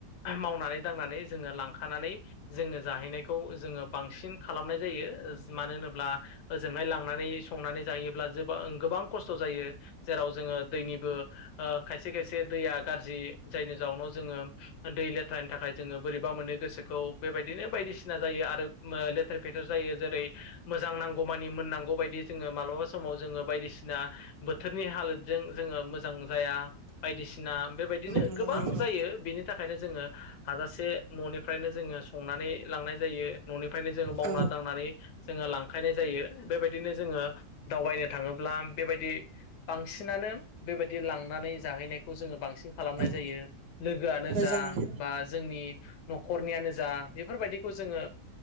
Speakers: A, on the left; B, on the right.
A: मावनानै दांनानै जोङो लांखानानै जोङो जाहैनायखौ जोङो बांसिन खालामनाय जायो ओज मानो होनोब्ला ओजोंहाय लांनानै संनानै जायोब्ला जोबां गोबां खस्थ' जायो जेराव जोङो दैनिबो ओ खायसे खायसे दैया गाज्रि जायनि जाउनाव जोङो दै लेथ्रानि थाखाय जोङो बोरैबा मोनो गोसोखौ बेबायदिनो बायदिसिना जायो आरो ओ लेथेर फेथेर जायो जेरै मोजां नांगौ मानि मोननांगौ बायदि जोङो मालाबा समाव जोङो बायदिसिना बोथोरनि हालोदजों जोङो मोज- जां जाया बायदिसिना बेबायदिनो
B: नंगौ
A: गोबां जायो बिनि थाखायनो जोङो हाजासे न'निफ्रायनो जोङो संनानै लांनाय जायो न'निफ्रायनो जोङो मावना
B: औ
A: दांनानै जोङो लांखायनाय जायो बेबायदिनो जोङो दावबायनो थाङोब्ला बेबायदि बांसिनानो बेबायदि लांनानै जाहैनायखौ जोङो बांसिन खालामनाय
B: औ
A: जायो लोगोआ
B: मोजाङानो
A: जा बा जोंनि न'खरनियानो जा बेफोरबायदिखौ जोङो